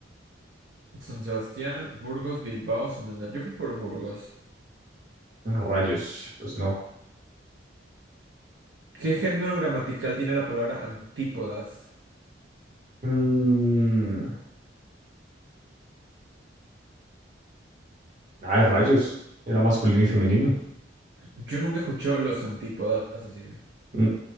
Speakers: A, on the right (about 65°); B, on the right (about 40°).
A: San Sebastián, Burgos, Bilbao, Santander. Yo fui por Burgos.
B: Rayos, pues no.
A: ¿Qué género gramatical tiene la palabra antípodas?
B: Mm, Ay,
A: Ok.
B: rayos. Era masculino y femenino.
A: Yo nunca escuché los antípodas, así que.
B: Mm.